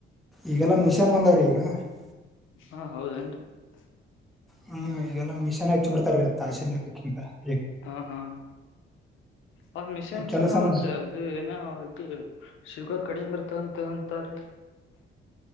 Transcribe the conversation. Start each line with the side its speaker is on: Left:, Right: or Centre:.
Centre: ಈಗ ಏನ್ ಮಿಶಾನ್ ಬಂದವ್ರಿ ಈಗ. <unintelligible>
Left: ಹಾ ಹೌದ ಏನ್ ರೀ <unintelligible>
Centre: ಹೂ ಈಗೆಲ್ಲ ಮಿಶನ್ ಹಚ್ಚಿ ಬಿಡ್ತಾರರಿ ತಾಸಿನ್ ಲೆಕ್ಕಕಿಂತ <unintelligible>
Left: ಹ ಹಾ ಅವ ಮಿಷನ್ ಹಚ್ಚಿದರ
Centre: ಕೆಲಸನ
Left: ಆವ ಚಾರ್ಜು ಏನ್ ಇದು <unintelligible> ಶುಗರ್ ಕಡಿಮೆ ಇರುತಂತಂತಾರೆ. <unintelligible>